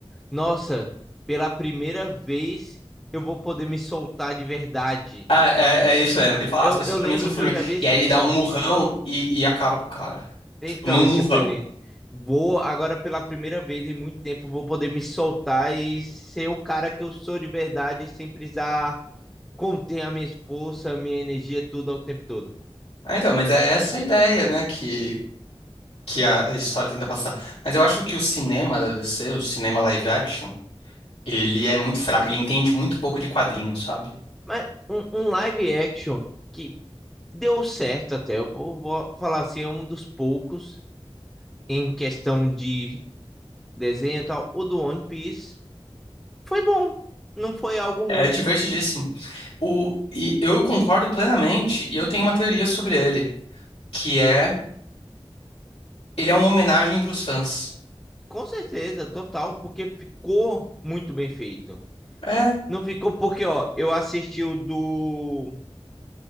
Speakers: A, in the centre; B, on the left.
A: nossa, pela primeira vez eu vou poder me soltar de verdade.
B: Ah, é, é isso mesmo, que ele fala,
A: Eu,
B: "Ah, as pessoas
A: eu lembro
B: pra mim são formigas.
A: que eu já vi esse
B: E aí ele
A: corte.
B: dá um murrão e, e acaba com o cara.
A: Então,
B: Tipo, num murrão.
A: tipo, ele, vou agora pela primeira vez em muito tempo vou poder me soltar e ser o cara que eu sou de verdade sem precisar conter a minha força, a minha energia, tudo ao tempo todo.
B: Ah, então, mas é essa a ideia, né, Que que a a história tenta passar. Mas eu acho que o cinema da DC, o cinema live action, ele é muito fraco, ele entende muito pouco de quadrinhos, sabe?
A: Mas um, um live action que Deu certo até, eu vou, vou falar assim, é um dos poucos em questão de desenho e tal. O do One Piece foi bom, não foi algo ruim.
B: É divertidíssimo. O, e eu concordo plenamente, e eu tenho uma teoria sobre ele, que é, ele é uma homenagem pros fãs.
A: Com certeza, total, porque ficou muito bem feito.
B: É,
A: Não ficou porque, ó, eu assisti o do